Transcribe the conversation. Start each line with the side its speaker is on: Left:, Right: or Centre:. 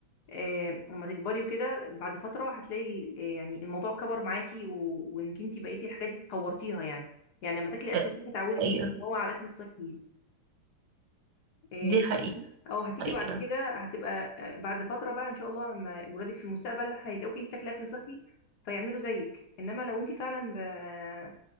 Left: آه، لما تكبري وكده بعد فترة هتلاقي ال- آه، يعني الموضوع كبر معاكي و- وانك انت بقيتي الحاجات دي اتطورتيها يعني يعني لما تاكلي اكل
Right: آه،
Left: صحي تعودي
Right: حقيقة
Left: جسمك ان هو على الاكل الصحي آه،
Right: دي حقيقة
Left: او هتيجي
Right: حقيقة
Left: بعد كده هتبقى آه، بعد فترة بقى ان شاء الله لما ولادك في المستقبل هيلاقوكي انت بتاكلي اكل صحي فيعملوا زيك انما لو انت فعلا ب... آه،